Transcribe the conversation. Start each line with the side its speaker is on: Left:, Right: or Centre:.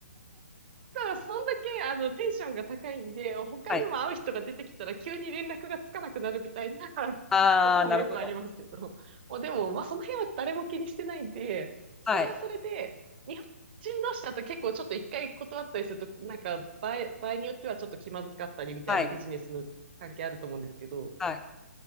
Right: ただからそんだけ、あの、テンションが高いんで、他にも会う人が出てきたら急に連絡がつかなくなるみたいな
Centre: はい。
Right: <laughs>
Centre: ああ、
Right: こともよくありますけど。
Centre: なるほど。
Right: もうでも、まあ、その辺は誰も気にしてないんで、それはそれで、
Centre: はい。
Right: 日本人同士だと結構ちょっと一回断ったりすると、なんか場合、場合によってはちょっと気まずかったりみたいなビジネスの関係あると思うんですけど、
Centre: はい。はい。